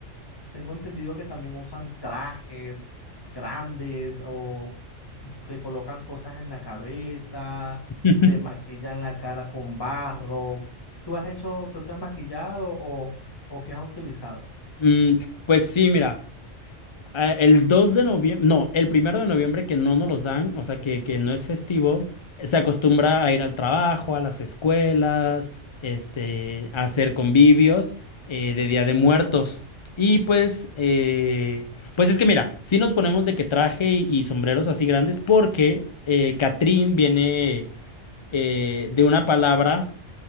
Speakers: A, on the left (about 20°); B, on the left (about 45°).
A: tengo entendido que también usan trajes grandes o se colocan cosas en la cabeza,
B: <laughs>
A: se maquillan la cara con barro. ¿Tú has hecho, tú te has maquillado o, o qué has utilizado?
B: Mm, pues sí, mira. Ah, El 2 de noviembre, no, el primero de noviembre que no nos los dan, o sea, que, que no es festivo, se acostumbra a ir al trabajo, a las escuelas, este, a hacer convivios eh, de Día de Muertos. Y pues, eh, pues es que mira, sí nos ponemos de que traje y, y sombreros así grandes porque eh, Catrín viene eh, de una palabra